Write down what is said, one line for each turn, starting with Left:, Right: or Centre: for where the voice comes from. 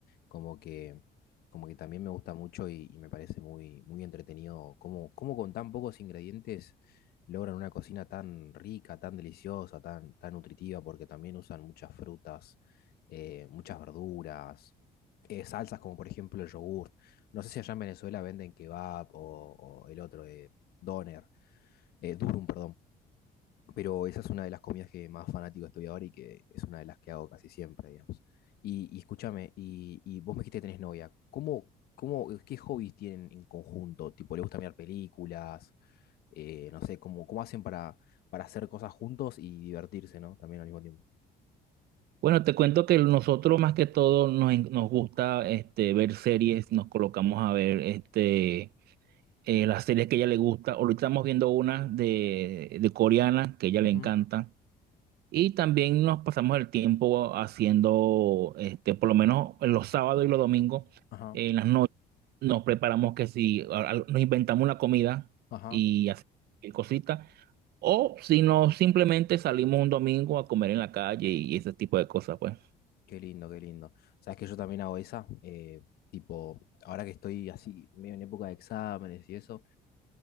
Left: como que, como que también me gusta mucho y, y me parece muy, muy entretenido cómo, cómo con tan pocos ingredientes logran una cocina tan rica, tan deliciosa, tan, tan nutritiva, porque también usan muchas frutas, eh, muchas verduras, eh, salsas como por ejemplo el yogur. No sé si allá en Venezuela venden kebab o, o el otro, eh, doner, eh, durum, perdón. Pero esa es una de las comidas que más fanático estoy ahora y que es una de las que hago casi siempre, digamos. Y, y escúchame, y, y vos me dijiste que tenés novia. ¿Cómo, cómo, qué hobbies tienen en conjunto? Tipo, ¿le gusta mirar películas? eh, no sé, cómo, cómo hacen para, para hacer cosas juntos y divertirse, ¿no? También al mismo tiempo.
Right: Bueno, te cuento que nosotros más que todo nos, en- nos gusta este, ver series, nos colocamos a ver este, eh, las series que a ella le gusta. Ahorita estamos viendo una de, de coreana que a ella le
Left: Ujú,
Right: encanta. Y también nos pasamos el tiempo haciendo, este, por lo menos los sábados y los domingos,
Left: Ajá,
Right: en las noches, nos preparamos que si a- a- nos inventamos una comida
Left: ajá.
Right: y hacemos cositas, o si no, simplemente salimos un domingo a comer en la calle y ese tipo de cosas, pues.
Left: Qué lindo, qué lindo. Sabes que yo también hago esa, eh, tipo, ahora que estoy así, medio en época de exámenes y eso.